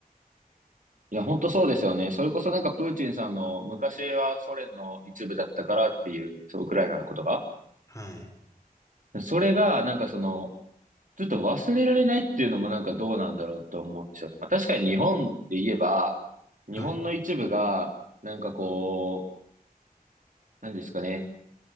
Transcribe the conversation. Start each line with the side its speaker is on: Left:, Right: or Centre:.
Right: いや、本当そうですよね。それこそなんかプーチンさんの昔はソ連の一部だったからっていう、そう、ウクライナのことが。
Left: はい。
Right: それがなんかその、ちょっと忘れられないっていうのもなんかどうなんだろうと思うんですよね。まあ確かに日本で言えば、日本の一部が、
Left: はい。
Right: なんかこう、何ですかね。